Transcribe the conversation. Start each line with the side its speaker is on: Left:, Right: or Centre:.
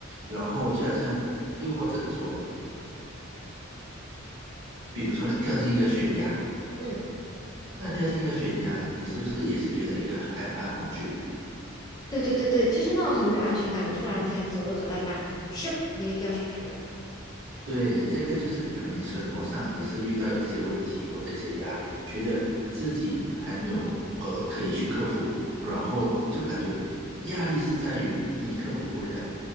Right: 然后就好像，又或者说，比如说你掉进一个悬崖，
Left: 嗯，
Right: 那掉进一个悬崖，你是不是也是觉得一个很害怕、很恐惧？
Left: 对对对对，就是那种很没有安全感，你突然间走路走到一半，咻，你就掉下去了。
Right: 对，这个就是可能你生活上也是遇到一些问题或者一些压力，觉得自己还没有呃可以去克服，然后就感觉压力是在于你克服不了，